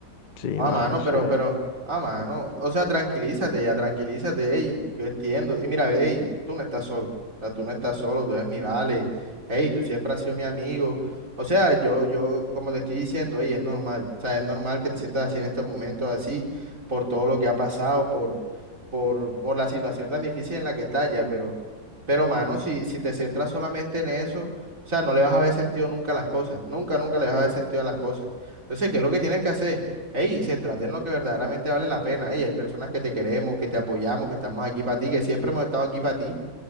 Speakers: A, on the left; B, on the right.
A: Sí,
B: Ah,
A: mano,
B: mano,
A: sí.
B: pero, pero, ah, mano, o sea, tranquilízate ya, tranquilízate, ey, yo entiendo. Y mira, ey, tú no estás solo, o sea, tú no estás solo, tú eres mi vale, ey, tú siempre has sido mi amigo. O sea, yo, yo, como te estoy diciendo, ey, es normal, o sea, es normal que te sientas así en estos momentos, así, por todo lo que ha pasado, por, por, por la situación tan difícil en la que estás ya, pero, pero, mano, si, si te centras solamente en eso, o sea, no le vas a ver sentido nunca a las cosas, nunca, nunca le vas a ver sentido a las cosas. Entonces, ¿qué es lo que tienes que hacer? Hey, céntrate en lo que verdaderamente vale la pena. Hey, hay personas que te queremos, que te apoyamos, que estamos aquí para ti, que siempre hemos estado aquí para ti.